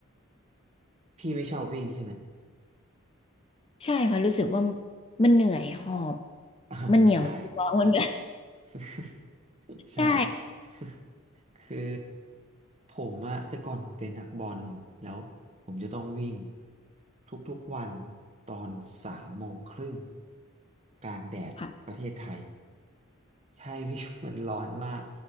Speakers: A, on the right; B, on the left.
A: พี่ไม่ชอบวิ่งใช่ไหม
B: ใช่ค่ะรู้สึกว่ามันเหนื่อยหอบ
A: <laughs>
B: มันเหนียวตัว
A: ใช่
B: <laughs> มัน <laughs>
A: <laughs> ใช่
B: ใช่
A: <laughs> คือผมอะแต่ก่อนผมเป็นนักบอลแล้วผมจะต้องวิ่งทุกๆวันตอนสามโมงครึ่งกลางแดดประเทศไทย
B: ค่ะ
A: ใช่พี่ <laughs> มันร้อนมาก